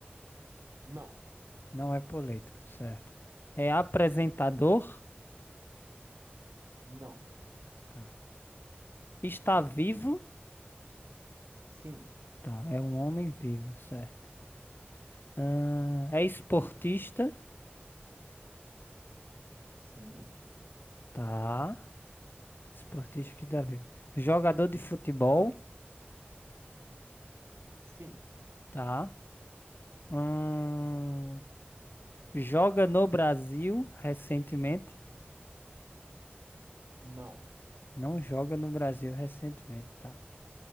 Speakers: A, on the right (about 85°); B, on the left (about 60°).
A: não,
B: Não é político, certo. É apresentador?
A: não,
B: Tá. Está vivo?
A: sim,
B: Tá. É um homem vivo, certo. Ahn, é esportista?
A: sim,
B: Tá. Esportista que está vivo. Jogador de futebol?
A: sim.
B: Tá. Ahn, joga no Brasil recentemente?
A: Não,
B: Não joga no Brasil recentemente, tá.